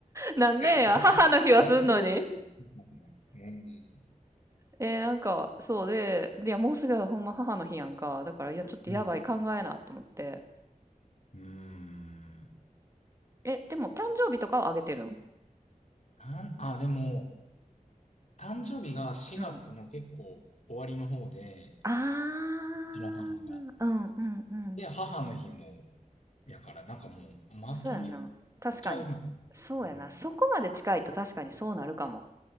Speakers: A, on the right; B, on the left.
A: なんでや、
B: <laughs> 忘、
A: 母の日はすんのに。
B: 忘れてるみたいな。うん。
A: えーなんか、そうで、いや、もうすぐほんま母の日やんか。だから、いや、ちょっとやばい、
B: うん。
A: 考えなと思って。
B: うーん。
A: え、でも、誕生日とかはあげてるん
B: たんあ、でも、誕生日が4月の結構終わりの方で、
A: うん。あー、
B: うちの母が。
A: うんうんうん。
B: で、母の日も、やから、なんかもう、まとめ
A: そうやな。確かに。
B: ちゃうみたい
A: そうやな。
B: な。うん。
A: そこまで近いと確かにそうなるかも。